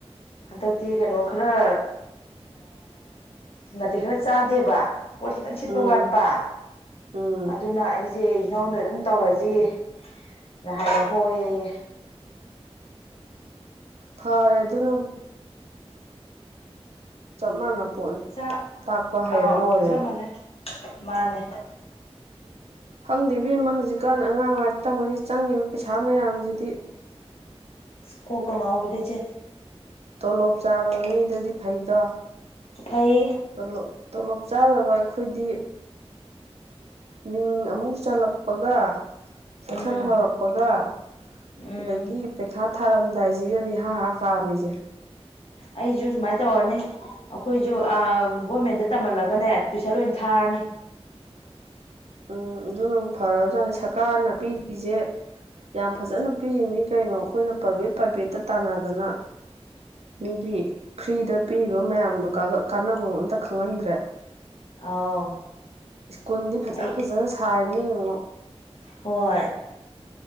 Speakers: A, on the left (about 65°); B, on the right (about 75°).
A: ꯍꯟꯗꯛꯇꯤ ꯀꯩꯅꯣ ꯈꯔ ꯠꯇꯦ ꯈꯔ ꯆꯥꯗꯦꯕ ꯄꯣꯠ ꯈꯤꯇꯪ ꯁꯤꯠꯄ
B: ꯎꯝ
A: ꯋꯥꯠꯄ
B: ꯎꯝ
A: ꯑꯗꯨꯅ ꯑꯩꯁꯦ ꯅꯉꯣꯟꯗ ꯑꯗꯨꯝ ꯇꯧꯔꯁꯤ ꯅ ꯍꯥꯏ ꯍꯣꯏꯑꯌꯦ
B: ꯐꯥꯔꯦ ꯑꯗꯨꯅ ꯆꯞ ꯃꯥꯟ ꯄꯣꯠꯅꯤ
A: ꯆꯥꯛ
B: ꯇꯥꯛꯄ ꯍꯩꯔ
A: ꯑꯥꯎ ꯑꯥꯎ
B: ꯂꯣꯏꯔꯦꯕ
A: ꯆꯞ ꯃꯥꯟꯅꯩ ꯃꯥꯅꯦ
B: ꯈꯪꯗꯦ ꯕꯤꯦꯝꯃ ꯍꯧꯖꯤꯛꯀꯥꯟ ꯑꯉꯥꯡ ꯉꯥꯏꯔꯤ ꯇꯝꯕꯁꯤ ꯆꯪꯉꯤꯕ ꯄꯩꯁꯥ ꯃꯌꯥꯝꯁꯤꯗꯤ
A: ꯀꯣ ꯀ ꯉꯎ ꯏꯗꯤ ꯆ
B: ꯇꯣꯂꯣꯞ ꯆꯥꯕ ꯃꯤꯗꯨꯗꯤ ꯐꯩꯗꯣ
A: ꯎꯐꯩ
B: ꯂꯣꯞ ꯇꯣꯂꯣꯞ ꯆꯥꯗꯕ ꯑꯩꯈꯣꯏꯗꯤ ꯃꯤꯡ ꯑꯃꯨꯛ ꯆꯜꯂꯛꯄꯒ ꯁꯦꯛꯁꯟ
A: ꯎꯝ
B: ꯍꯧꯔꯛꯄꯒ
A: ꯎꯝ
B: ꯑꯗꯒꯤ ꯄꯩꯈꯥ ꯊꯥꯔꯝꯗꯥꯏꯁꯤꯒꯅꯤ ꯍꯥꯥ ꯍꯥ ꯀꯥꯝꯃꯤꯁꯦ
A: ꯑꯩꯁꯨ ꯁꯨꯃꯥꯏꯅ ꯇꯧꯔꯅꯤ ꯑꯩꯈꯣꯏꯁꯨ ꯒꯣꯔꯃꯦꯟꯗ ꯇꯝꯍꯜꯂꯒꯅꯦ ꯇꯨꯏꯁꯟ ꯂꯣꯏ ꯊꯥꯔꯅꯤ
B: ꯎꯝ ꯑꯗꯨꯅ ꯑꯃꯨꯛ ꯐꯔꯕꯖꯥꯠꯅꯤ ꯁꯔꯀꯥꯔꯅ ꯄꯤꯔꯤꯁꯦ ꯌꯥꯝ ꯐꯖꯅ ꯄꯤꯔꯤꯅꯤ ꯀꯩꯅꯣ ꯑꯩꯈꯣꯏꯅ ꯄ꯭ꯔꯥꯏꯚꯦꯠ ꯄ꯭ꯔꯥꯏꯚꯦꯠꯇ ꯇꯥꯟꯅꯗꯅ ꯃꯤꯒꯤ ꯐ꯭ꯔꯤꯗ ꯄꯤꯔꯤꯕ ꯃꯌꯥꯝꯗꯣ ꯀꯥꯟꯅꯕ ꯑꯝꯇ ꯈꯪꯍꯟꯗ꯭ꯔꯦ
A: ꯑꯥꯎ
B: ꯁ꯭ꯀꯨꯜꯗꯤ ꯐꯖ
A: ꯑꯩ
B: ꯐꯖꯅ ꯁꯥꯔꯤꯅꯤ ꯌꯦꯡꯉꯣ
A: ꯍꯣꯏ